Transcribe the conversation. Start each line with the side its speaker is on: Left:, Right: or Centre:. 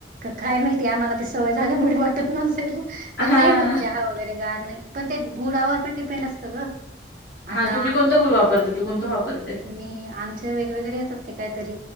Right: काय माहितीय आम्हाला ती सवय झाल्यामुळे वाटत नसेल.
Left: हां
Right: पण नाही होत चहा वगैरे गार नाही पण ते गुडावर पण डिपेंड असतं ग. आता
Left: हा तुम्ही कोणतं गुळ वापरते तू कोणतं वापरते.
Right: मी आमचे वेगवेगडे येतात ते काहीतरी